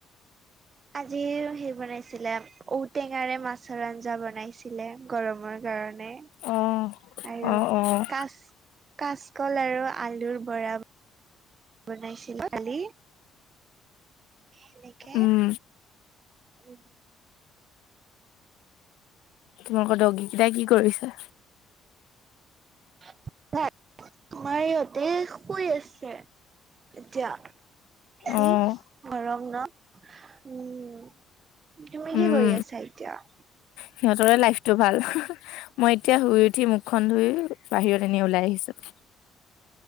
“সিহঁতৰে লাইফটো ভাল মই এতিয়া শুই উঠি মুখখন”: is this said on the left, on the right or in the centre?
Left